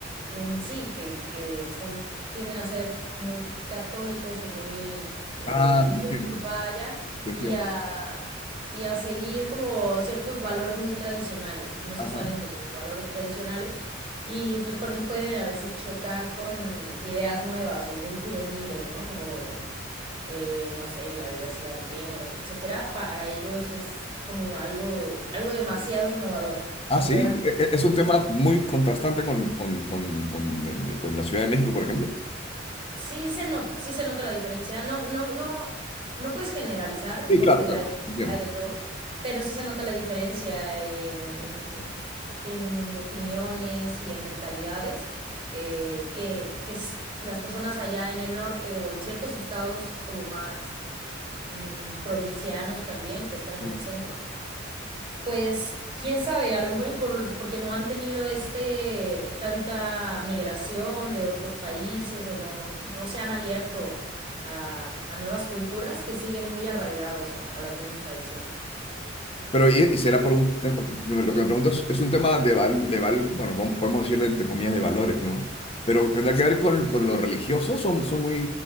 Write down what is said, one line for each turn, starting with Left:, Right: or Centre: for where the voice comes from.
Right: en sí, que, que son, tienden a ser muy católicos o muy eh,
Left: Ah,
Right: religiosos,
Left: te entiendo,
Right: vaya,
Left: te entiendo.
Right: y a, y a seguir como ciertos valores muy tradicionales, no se
Left: Ajá.
Right: salen de los valores tradicionales. Y pues por eso pueden a veces chocar con ideas nuevas o muy juveniles, ¿no? Como, eh, no sé, la diversidad de géneros, etcétera, para ellos es como algo, algo demasiado innovador.
Left: Ah,
Right: Se
Left: sí,
Right: quedan.
Left: e- e- es un
Right: se-
Left: tema muy contrastante con, con, con, con, eh, con la Ciudad de México, por ejemplo.
Right: sí se nota, sí se nota la diferencia. No, no, no, no puedes generalizar
Left: Sí,
Right: porque
Left: claro, claro,
Right: hay,
Left: entiendo.
Right: hay de todo, pero sí se nota la diferencia en, en- en- en opiniones y en mentalidades eh, que, que s- las personas allá en el norte o en ciertos estados como más mm, provincianos también, que están en
Left: Sí.
Right: el centro, pues quién sabe, a lo mejor y por, porque no han tenido este tanta migración de otros países o no, no se han abierto a, a nuevas culturas que siguen muy arraigados a, a las mismas tradiciones.
Left: Pero, ¿y, y será por un tema? Lo que me pregunto es, es un tema de, val, de val- bueno, vamos- podemos decirle entre comillas de valores, ¿no? Pero ¿tendrá que ver con, con los religiosos? ¿Son, son muy,